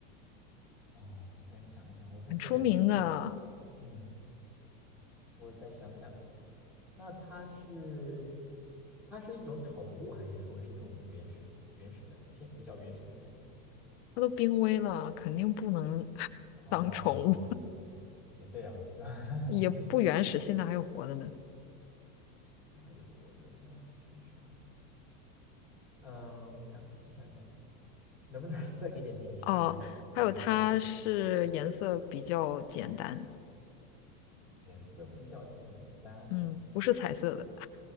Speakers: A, in the centre; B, on the left.
A: 啊。我再想一想，我再缩小缩小。
B: 很出名的，
A: 嗯，我再想想，那它是它是一种宠物，还是说是一种原始原始的偏比较原始的动物？
B: 它都濒危了，肯定不能 <laughs>
A: 哦哦哦，
B: 当宠物，
A: 哦，对对对对对，也对啊。<laughs>
B: 也不原始，现在还有活的呢，
A: 这还有活的，那是啥？嗯呃，我想，我想想。能不能 <laughs> 再给点提示啊？
B: 哦。
A: 我觉得这个还不太好，
B: 还有它是颜色比较简单，
A: 颜色比较简单。
B: 嗯，不是彩色的。